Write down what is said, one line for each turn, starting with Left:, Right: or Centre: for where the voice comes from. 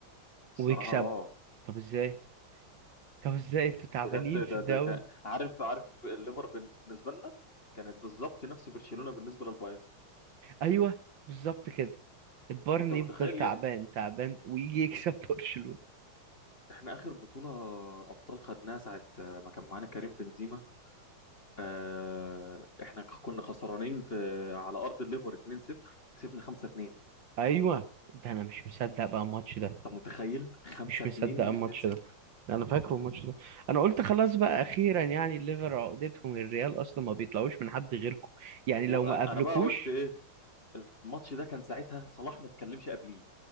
Left: الصراحه
Right: ويكسبوا
Left: اه
Right: طب ازاي طب ازاي انتوا تعبانين
Left: بجد
Right: في
Left: ده
Right: الدوري
Left: ده كان عارف عارف الليفر بالنسبه لنا كانت بالظبط نفس برشلونه بالنسبه للبايرن
Right: ايوه بالظبط كده البايرن
Left: انت متخيل
Right: يفضل تعبان تعبان ويجي يكسب <laughs> برشلونة
Left: احنا اخر بطولة ابطال خدناها ساعة ما كان معانا كريم بنزيما اه احنا كنا خسرانين في على ارض الليفر 2-0 كسبنا 5-2
Right: ايوه ده انا مش مصدق بقى الماتش ده
Left: انت متخيل 5-2
Right: مش مصدق
Left: من
Right: الماتش
Left: 2-0
Right: ده انا فاكره الماتش ده انا قلت خلاص بقى اخيرا يعني الليفر عقدتهم الريال اصلا ما بيطلعوش من حد غيركم يعني
Left: وانا
Right: لو ما قابلكوش
Left: انا بقى قلت ايه الماتش ده كان ساعتها صلاح ما اتكلمش قبليه